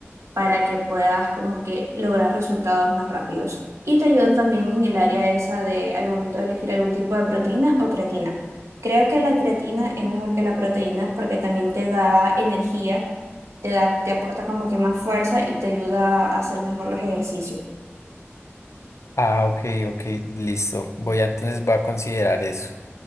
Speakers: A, on the right; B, on the left.
A: para que puedas como que lograr resultados más rápidos. Y te ayudan también en el área esa de al momento de elegir algún tipo de proteína o creatina. Creo que la creatina es mejor que la proteína porque también te da energía, te da, te aporta como que más fuerza y te ayuda a hacer mejor los ejercicios.
B: Ah, ok, ok, listo. Voy a, entonces voy a considerar eso.